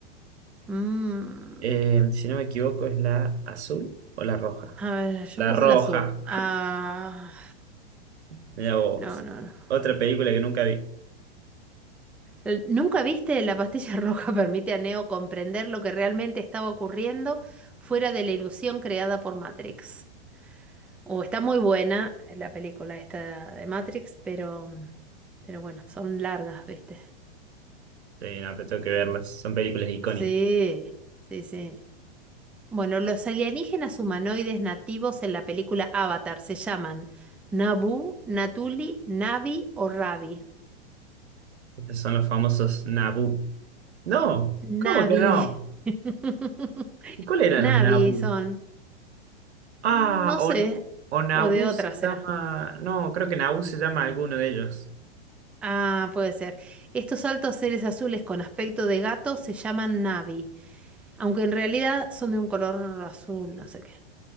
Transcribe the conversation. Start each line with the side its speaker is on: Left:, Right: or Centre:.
Centre: Mm,
Right: Eh, si no me equivoco, ¿es la azul o la roja?
Centre: a ver, yo
Right: La
Centre: puse
Right: roja.
Centre: el azul. Ah,
Right: Mirá vos.
Centre: no, no, no.
Right: Otra película que nunca vi.
Centre: El- ¿Nunca viste La pastilla <laughs> roja permite a Neo comprender lo que realmente estaba ocurriendo fuera de la ilusión creada por Matrix? O está muy buena la película esta de Matrix, pero, pero bueno, son largas, ¿viste?
Right: Sí, no, pero tengo que verlas. Son películas icónicas.
Centre: Sí, sí, sí. Bueno, los alienígenas humanoides nativos en la película Avatar se llaman Nabu, Natuli, Navi o Ravi.
Right: Estos son los famosos Naboo. No, ¿cómo
Centre: Navi.
Right: que no?
Centre: <laughs>
Right: ¿Y cuál eran
Centre: Navi
Right: los Naboo?
Centre: son.
Right: Ah,
Centre: Mm, No
Right: o,
Centre: sé.
Right: o Naboo
Centre: O de otra
Right: se
Centre: será.
Right: llama. No, creo que Naboo se llama alguno de ellos.
Centre: Ah, puede ser. Estos altos seres azules con aspecto de gato se llaman Navi, aunque en realidad son de un color azul, no sé qué.